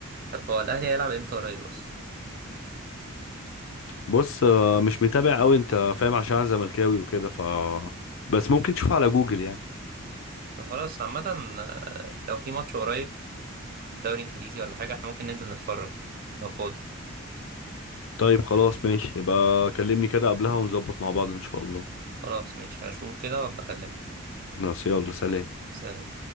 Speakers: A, on the right; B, on the left.
A: طب هو الاهلي هيلعب امتى قريب اصلا
B: بص آه مش متابع أوي أنت فاهم عشان أنا زملكاوي وكده ف بس ممكن تشوف على جوجل يعني
A: طب خلاص عامه آه، لو في ماتش قريب دوري انجليزي ولا حاجه احنا ممكن ننزل نتفرج لو فاضي
B: طيب خلاص ماشي يبقى كلمني كده قبلها ونظبط مع بعض ان شاء الله
A: خلاص ماشي هشوف كده وابقى اكلمك
B: خلاص يلا سلام
A: سلام